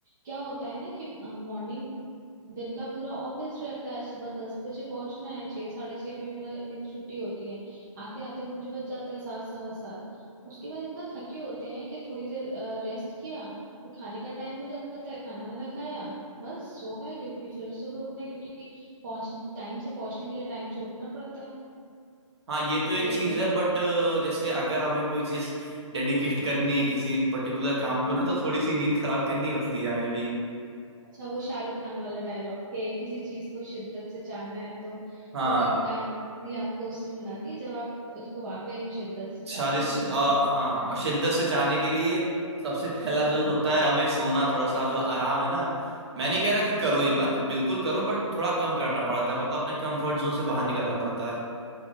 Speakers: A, on the right; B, on the right.
A: क्या होता है ना कि मॉर्निंग दिन का पूरा ऑफिस रहता है सुबह दस बजे पहुंचना है छह साढ़े छह पे मेरा मेरी छुट्टी होती है आते आते मुझे बच जाता है सात सवा सात उसके बाद इतना थके होते हैं कि थोड़ी देर रेस्ट किया फिर खाने का टाइम हो जाता है खाना वाना खाया बस सो गए क्योंकि फिर सुबह उठना है क्योंकि पहुंच टाइम से पहुंचने के लिए टाइम से उठना पड़ता है
B: हाँ ये तो एक
A: तो
B: चीज
A: मेरा
B: है बट जैसे अगर हमें कोई चीज डेडिकेट करनी है किसी पर्टिकुलर
A: हाँ।
B: काम को ना तो थोड़ी सी नींद खराब करनी होती है हमें भी
A: अच्छा वो शाहरुख खान वाला डायलॉग कि किसी चीज को शिद्दत से चाहना है तो
B: हाँ
A: पूरी कायनात भी आपको उससे मिलाती है जब आप उसको वाकई में शिद्दत से चाह
B: साजिश
A: रहे हो मैं
B: शिद-
A: शिद्दत
B: आ,
A: से
B: हाँ
A: चाह
B: और
A: रही
B: शिद्दत
A: हूँ
B: से चाहने के लिए सबसे पहला जो होता है हमें सोना थोड़ा सा जो आराम है ना मैं नहीं कह रहा कि
A: उसको-
B: करो ही मत बिल्कुल करो बट थोड़ा कम करना पड़ता है मतलब अपने कंफर्ट जोन से बाहर निकलना पड़ता है